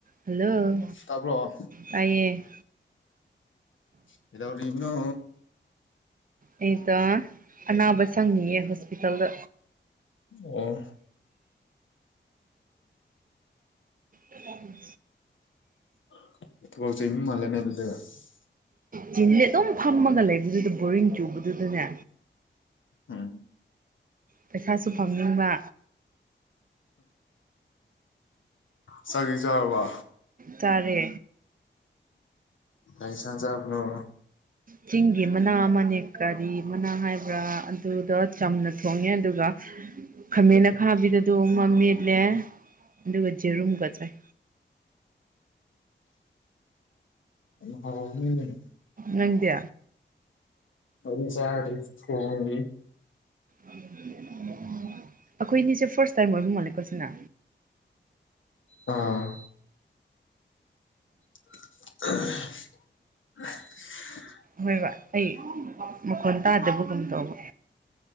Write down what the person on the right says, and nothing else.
ꯍꯜꯂꯣ
ꯇꯌꯦ
ꯑꯩꯗꯣ ꯑꯅꯥꯕ ꯆꯪꯉꯌꯦ ꯍꯣꯁꯄꯤꯇꯥꯜꯗ
ꯎꯝ
ꯆꯤꯟꯁꯦ ꯑꯗꯨꯝ ꯐꯝꯃꯒ ꯂꯩꯕꯗꯨꯗ ꯕꯣꯔꯤꯡ ꯆꯨꯕꯗꯨꯗꯅꯦ
ꯄꯩꯁꯥꯁꯨ ꯐꯪꯅꯤꯡꯕ
ꯆꯥꯔꯦ
ꯆꯤꯡꯒꯤ ꯃꯅꯥ ꯑꯃꯅꯦ ꯀꯔꯤ ꯃꯅꯥ ꯍꯥꯏꯕ꯭ꯔꯥ ꯑꯗꯨꯗꯣ ꯆꯝꯅ ꯊꯣꯡꯉꯦ ꯑꯗꯨꯒ ꯈꯥꯃꯦꯟ ꯑꯈꯥꯕꯤꯗ ꯑꯗꯨ ꯑꯃ ꯃꯦꯠꯂꯦ ꯑꯗꯨꯒ ꯖꯦꯔꯨꯝꯒ ꯆꯥꯏ
ꯅꯪꯗꯤ
ꯑꯩꯈꯣꯏꯅꯤꯁꯦ ꯐꯥꯔꯁ ꯇꯥꯏꯝ ꯑꯣꯏꯕ ꯃꯥꯜꯂꯦꯀꯣ ꯁꯤꯅ
ꯍꯣꯏꯕ ꯑꯩ ꯃꯈꯣꯟ ꯇꯥꯗꯕꯒꯨꯝ ꯇꯧꯕ